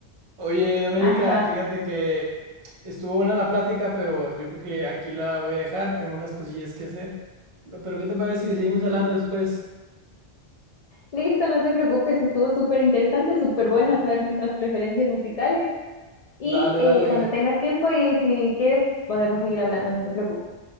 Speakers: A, on the right (about 55°); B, on the left (about 70°).
A: Oye, Doménica,
B: Ajá.
A: fíjate que estuvo buena la plática, pero yo creo que aquí la voy a dejar. Tengo unas cosillas que hacer. No, Pero ¿qué te parece si seguimos hablando
B: L-
A: después?
B: Listo, no te preocupes, estuvo súper interesante, súper buena saber nuestras preferencias musicales y
A: Dale,
B: eh,
A: dale.
B: cuando tengas tiempo y si quieres podemos seguir hablando, no te preocupes.